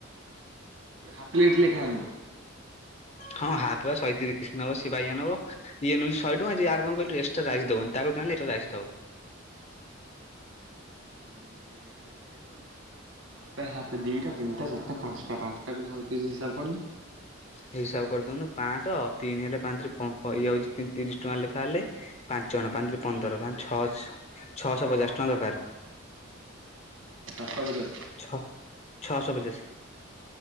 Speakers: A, on the right (about 80°); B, on the left (about 30°).
A: ପେ ହାଫ୍ଲେଟ ଲେଖାଆଣି
B: ହଁ ହାପ ଶହେ ତିରିଶ ନବ ସେ ବାଇଆ ନବ। ଇ ନଉଚି ଶହେ ଟଙ୍କା ଯେ ଆର କଁ କଇଲୁ ଏକ୍ସଟ୍ରା ରାଇସ ଦବନି ତା କତି ଆନଲେ ଏକ୍ସଟ୍ରା ରାଇସ ଦବ।
A: ଉହୁଁ ନେଇଆସିଆ କେତେ ଟନି ହାପେ ହାପେ ଦିଟା ତିନିଟା ଚାରିଟା ପାଞ୍ଚଟା ପାଞ୍ଚଟା କୁ ଶହେତିରିଶ ହିସାବ କରନି?
B: ହିସାବ କରିଦେଉନୁ ପାଞ୍ଚଶହ ତିନି ହେଲେ ପାଞ୍ଚ ପମ୍ପ ଇଏ ହେଉଚି ତିନ ତିରିଶ ଟଙ୍କା ଲେଖା ହେଲେ ପାଞ୍ଚଣ ପାଞ୍ଚରେ ପନ୍ଦର ପାଞ୍ଚ ଛଅହ ଛଅଶହ ପଚାଶ ଟଙ୍କା ଦରକାର।
A: ଚାରିଶ ପଚାଶ
B: ଛଅ ଛଅଶହ ପଚାଷ।